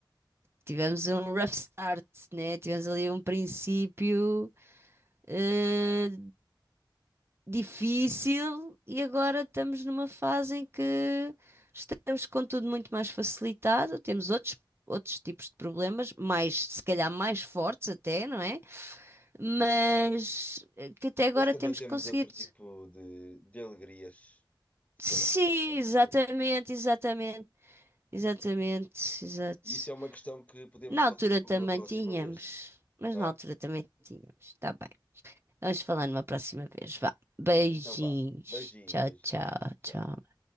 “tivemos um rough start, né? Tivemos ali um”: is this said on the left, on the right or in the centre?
Right